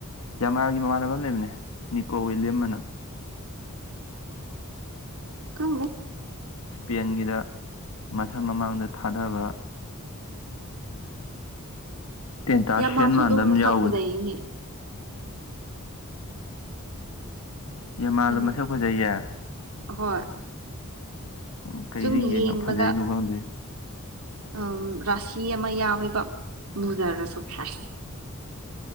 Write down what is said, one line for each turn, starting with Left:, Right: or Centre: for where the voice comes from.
Left: ꯌꯥꯃꯥꯜꯒꯤ ꯃꯃꯥꯟꯅꯕ ꯑꯃ ꯂꯩꯕꯅꯦ ꯅꯤꯀꯣ ꯋꯤꯂꯤꯌꯝ ꯑꯅ
Right: ꯈꯪꯗꯦ
Left: ꯁ꯭ꯄꯦꯟꯒꯤꯗ ꯃꯁꯝ ꯃꯃꯥꯡꯗ ꯊꯥꯗꯕ ꯇꯦꯟꯇꯥꯁꯤꯌꯟ
Right: ꯌꯥꯝꯃꯥꯁꯨ
Left: ꯃꯥꯟꯕ
Right: ꯑꯗꯨꯝ
Left: ꯑꯃ
Right: ꯃꯁꯛ
Left: ꯌꯥꯎꯕꯅꯦ
Right: ꯐꯖꯩꯑꯦꯅꯦ
Left: ꯌꯥꯃꯥꯜꯗꯣ
Right: ꯀꯩꯅꯣ
Left: ꯃꯁꯛ ꯐꯖꯩꯌꯦ
Right: ꯍꯣꯏ
Left: ꯎ ꯀꯩꯗ
Right: ꯁꯨꯝ
Left: ꯌꯦꯡꯉ
Right: ꯌꯦꯡꯕꯗ
Left: ꯐꯖꯩꯅꯣ ꯈꯪꯗꯦ
Right: ꯑꯝ ꯔꯥꯁꯤ ꯑꯃ ꯌꯥꯎꯋꯦꯕ ꯃꯨꯖꯔꯁꯨ ꯁꯦꯁ